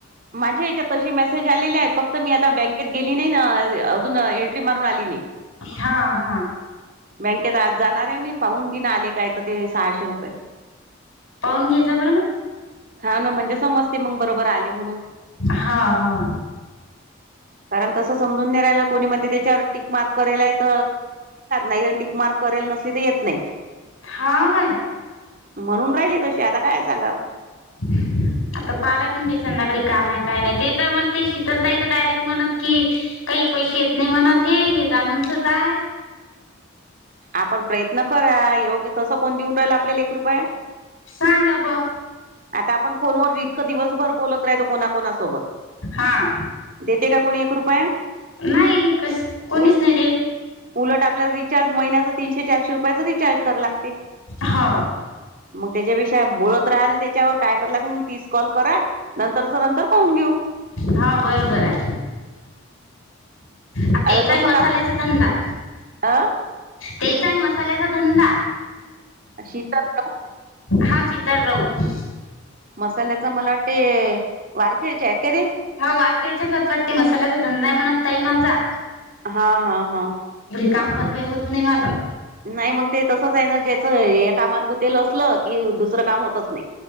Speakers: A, on the right (about 45°); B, on the left (about 80°).
A: माज्या याच्यात तशी मेसेज आलेली आहेत. फक्त मी आता बॅकेत गेली नाई ना अजून एंट्री मारून आली नाही.
B: हा हा.
A: बँंकेत आज जाणार आहे मी, पाहून घेईन आले काय ते सहाशे रुपये.
B: पाऊन घेत जा बरं मग.
A: हा ना म्हणजे समजते मग बरोबर आले म्हणून.
B: हा हा
A: कारण तसं समजून नाई राहीलं कोणी म्हणते त्याच्यावर टीक मार्क करेल आहेत. नाई टिकमार करेल, नसली तर येत नाईत
B: हा काय?
A: म्हणून राहिली तशी आता काय सांगाव.
B: <inaudible> आता पालाकीन बाई संध्याकाळी का हाय काय नाई. ते तर मला ते शितलताई डायरेक्ट म्हनत की काही पैशे येत नाई म्हणत हे जाणूनच आय.
A: आपण प्रयत्न करा, ह्योबी तसं कोण देऊन राहिलं आपल्याला एक रुपया?
B: सांगा बुवा.
A: आता आपण फोनवर इतकं दिवसभर बोलत राहतो कोणाकोणासोबत.
B: हा,
A: देते का कोणी एक रुपया
B: नाही कस कोणीच
A: उल
B: नाही देत.
A: उलट आपल्याला रिचार्ज महिन्याचं तीनशे चारशे रुपयाचं रिचार्ज कराय लागते.
B: हो
A: मग त्याच्यापेक्षा बोलत राहा ना त्याच्यावर, काय करू लागे म्हणून तीस कॉल करा. नंतरच नंतर पाहून घेऊ.
B: हा बरोबर हाय. आ त्याचाही
A: आता तसं
B: मसाल्याचा
A: तर
B: धंदा.
A: अ
B: तेचा हाय मसाल्याचा धंदा.
A: अशी प्रार्थना बघ.
B: हा सितार राऊत.
A: मसाल्याच मला वाटते वारखेळचे आहेत का ते.
B: हो मार्केटच्याच आात वाटते मसाल्याचा धंदा आहे म्हणत ताई माझा.
A: हा हा हा.
B: काम पण काही होत नाही मला.
A: नाही मग ते तसंच आहे ना, ज्याचं या कामात गुत तेल असलं की दुसरं काम होतच नाही.